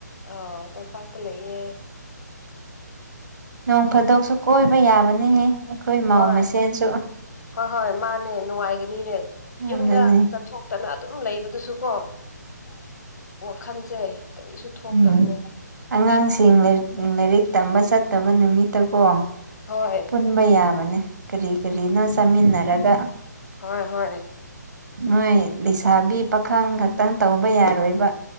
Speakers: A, on the left; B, on the right.
A: ꯑ ꯇꯝꯄꯥꯛꯇ ꯂꯩꯌꯦ
B: ꯅꯣꯡ ꯐꯥꯗꯣꯛꯁꯨ ꯀꯣꯏꯕ ꯌꯥꯕꯅꯦꯍꯦ ꯑꯩꯈꯣꯏ ꯃꯥꯧ
A: ꯍꯣꯏ
B: ꯃꯁꯦꯟꯁꯨ
A: ꯍꯣꯏ ꯍꯣꯏ ꯃꯥꯅꯦ ꯅꯨꯡꯉꯥꯏꯒꯅꯤꯅꯦ ꯌꯨꯝꯗ
B: ꯑꯗꯨꯅꯤ
A: ꯆꯠꯊꯣꯛꯇꯅ ꯑꯗꯨꯝ ꯂꯩꯕꯗꯨꯁꯨ ꯀꯣ ꯋꯥꯈꯜꯁꯦ ꯀꯔꯤꯁꯨ ꯊꯣꯛꯇꯕꯅꯤꯗ
B: ꯎꯝ ꯑꯉꯥꯡꯁꯤꯡꯛ ꯂꯥꯏꯔꯤꯛ ꯇꯝꯕ ꯆꯠꯇꯕ ꯅꯨꯃꯤꯠꯇ ꯀꯣ
A: ꯍꯣꯏ
B: ꯄꯨꯟꯕ ꯌꯥꯕꯅꯦ ꯀꯔꯤ ꯀꯔꯤꯅꯣ ꯆꯥꯃꯤꯟꯅꯔꯒ
A: ꯍꯣꯏ ꯍꯣꯏ
B: ꯃꯣꯏ ꯂꯩꯁꯥꯕꯤ ꯄꯥꯈꯪ ꯈꯛꯇꯪ ꯇꯧꯕ ꯌꯥꯔꯣꯏꯕ